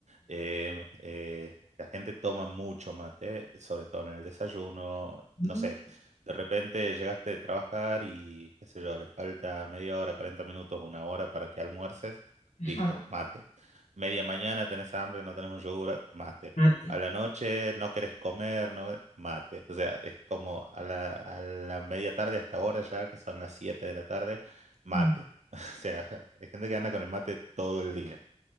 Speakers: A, on the right; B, on the left.
A: Em, eh, la gente toma mucho mate, sobre todo en el desayuno.
B: mm,
A: No sé, de repente llegaste de trabajar y, qué sé yo, le falta media hora, 40 minutos, una hora para que almuerces.
B: ajá,
A: Listo, mate. Media mañana tenés hambre, no tenés un yogur, mate.
B: mate.
A: A la
B: <laughs>
A: noche no querés comer, no, mate. O sea, es como a la, a la media tarde hasta ahora ya, que son las 7 de la tarde, mate.
B: Mm.
A: <laughs> O sea, hay gente que anda con el mate todo el día.